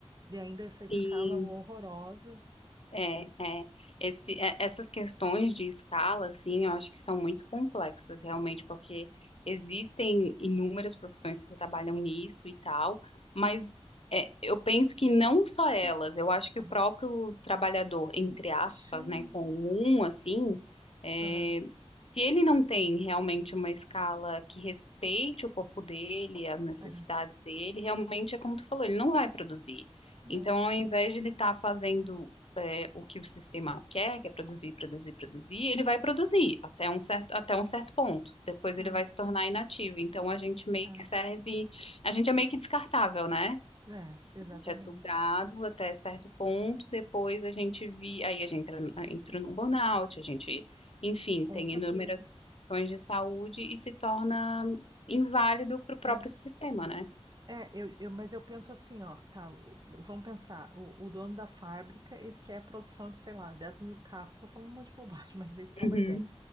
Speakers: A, on the right; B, on the left.
A: E ainda essa escala
B: E
A: horrorosa.
B: É, é, esse, é- essas questões de escala, assim, eu acho que são muito complexas, realmente, porque existem inúmeras profissões que trabalham nisso e tal, mas é, eu penso que não só elas, eu acho que
A: Aham.
B: o próprio trabalhador, entre aspas,
A: Sim,
B: né, comum, assim, é,
A: aham,
B: se ele não tem realmente uma escala que respeite o corpo dele, as necessidades
A: aham.
B: dele, realmente é como tu falou, ele não vai produzir.
A: Não,
B: Então, ao invés de ele estar fazendo é, o que o sistema quer, que é produzir, produzir, produzir, ele vai produzir até um certo, até um certo ponto. Depois
A: ah,
B: ele vai se tornar inativo. Então a gente meio
A: ah.
B: que serve, a gente é meio que descartável, né?
A: É, exatamente.
B: A gente é sugado até certo ponto, depois a gente vi, aí a gente entra, entra num burnout, a gente, enfim,
A: Com
B: tem
A: certeza.
B: inúmeras questões de saúde e se torna inválido para o próprio
A: É.
B: sistema, né?
A: É, eu, eu- mas eu penso assim, ó, tá, o- vamos pensar, o, o dono da fábrica, ele quer a produção de, sei lá, dez mil carros, tô falando um monte de bobagem, <laughs> mas isso é só
B: Uhum,
A: uma ideia,